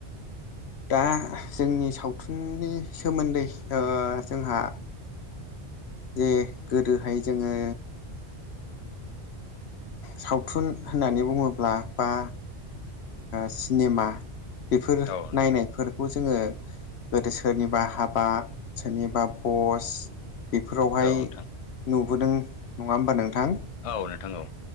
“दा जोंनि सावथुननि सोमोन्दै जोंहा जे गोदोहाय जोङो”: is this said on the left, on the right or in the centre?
Left